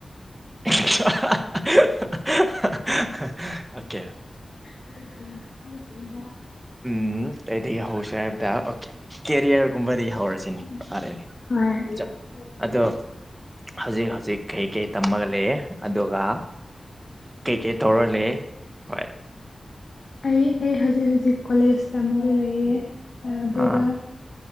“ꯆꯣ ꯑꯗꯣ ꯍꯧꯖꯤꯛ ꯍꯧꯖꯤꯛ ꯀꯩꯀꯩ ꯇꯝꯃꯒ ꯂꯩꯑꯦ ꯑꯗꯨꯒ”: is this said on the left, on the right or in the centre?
Right